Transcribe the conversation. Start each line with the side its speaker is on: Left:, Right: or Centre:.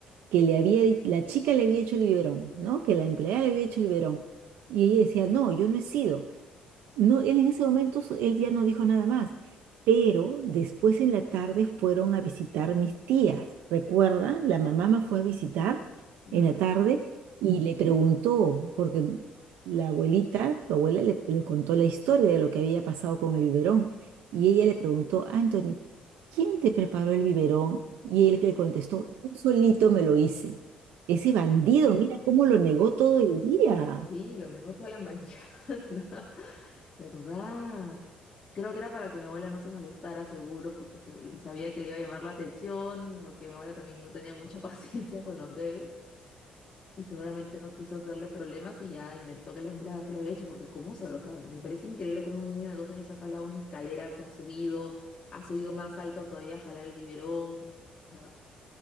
Right: que le había, di- la chica le había hecho el biberón, ¿no? Que la empleada le había hecho el biberón. Y ella decía, no, yo no he sido. No, él en ese momento, so- él ya no dijo nada más, pero después en la tarde fueron a visitar mis tías. Recuerda, la mamá me fue a visitar
Left: Ah,
Right: en la tarde y le preguntó, porque la abuelita, tu abuela, le, le contó la historia de lo que había pasado con el biberón. Y ella le preguntó, Anthony, ¿quién te preparó el biberón? Y
Left: <laughs>
Right: él que le contestó, yo solito me lo hice. Ese bandido, mira cómo lo negó todo el día.
Left: Sí, lo negó toda la mañana, <laughs> ¿verdad? Creo que era para que mi abuela no se molestara, seguro, porque se- sabía que le iba a llamar la atención, porque mi abuela también no tenía mucha <laughs> paciencia con los bebés y seguramente no quiso hacerle problemas y ya inventó que la empleada se lo había hecho, porque cómo sabe, o sea, me parece increíble cómo un niño de dos años ha jalado una escalera, se ha subido, ha subido más alto todavía a jalar el biberón, o sea,